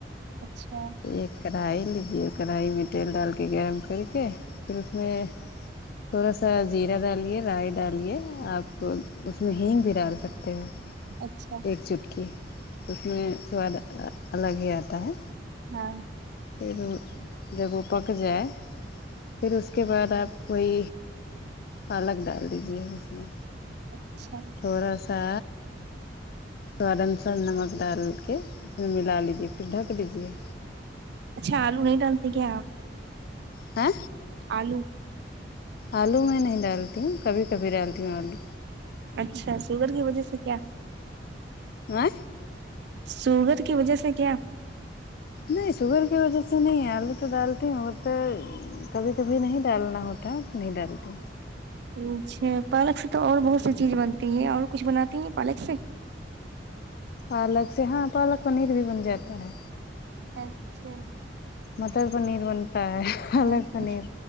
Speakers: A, on the right; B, on the left.
A: اچھا
B: ایک کڑھائی لیجیے کڑھائی میں تیل ڈال کے گرم کر کے پھر اس میں تھوڑا سا زیرہ ڈالیے رائی ڈالیے آپ اس میں ہینگ بھی ڈال سکتے ہو
A: اچھا
B: ایک چٹکی تو اس میں سواد الگ ہی آتا ہے
A: ہاں
B: پھر دیکھو پک جائے پھر اس کے بعد آپ کوئی پالک ڈال دیجیے اس میں
A: اچھا
B: تھوڑا سا سواد انسار نمک ڈال کے اس میں ملا لیجیے پھر ڈھک لیجیے
A: اچھا آلو نہیں ڈالتے کیا آپ
B: کیا
A: آلو
B: آلو میں نہیں ڈالتی ہوں کبھی کبھی ڈالتی ہوں آلو
A: اچھا شوگر کی وجہ سے کیا
B: ہے
A: شوگر کی وجہ سے کیا
B: نہیں شوگر کی وجہ سے نہیں ہے آلو تو ڈالتی ہوںگر کبھی کبھی نہیں ڈالنا ہوتا نہیں ڈالتے
A: اچھا پالک سے تو اور بہت
B: ہاں
A: سی چیز بنتی ہے اور کچھ بناتی ہیں پالک سے
B: پالک سے ہاں پالک پنیر بھی بن جاتا ہے
A: اچھا
B: مٹر پنیر بنتا ہے پالک
A: ہاں
B: پنیر